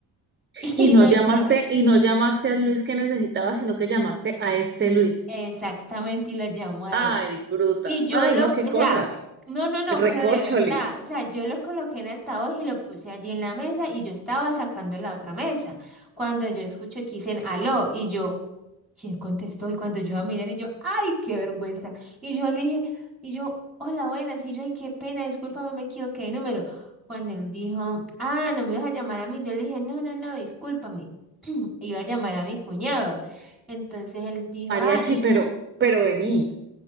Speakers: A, in the centre; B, on the right.
A: <laughs>
B: Y
A: Y
B: no
A: lo
B: llamaste,
A: llamé.
B: y no llamaste al Luis que necesitaba, sino que llamaste a este Luis.
A: Exactamente, y lo llamo a
B: Ay,
A: él.
B: bruta.
A: Y yo
B: Ay,
A: lo,
B: no, qué
A: o
B: cosas.
A: sea, no, no, no,
B: Recorcholis.
A: pero de verdad, o sea, yo lo coloqué en el altavoz y lo puse allí en la mesa y yo estaba sacando la otra mesa. Cuando yo escuché que dicen aló y yo, ¿quién contestó? Y cuando yo a mirar y yo, ¡ay, qué vergüenza! Y yo le dije, y yo, hola, buenas, y yo, ay, qué pena, discúlpame, me equivoqué de número. Cuando él dijo, ah, no me vas a llamar a mí, yo le dije, no, no, no, discúlpame. <clears throat> Iba a llamar a mi cuñado. Entonces él dijo,
B: Mariachi,
A: ah, y
B: pero, pero vení.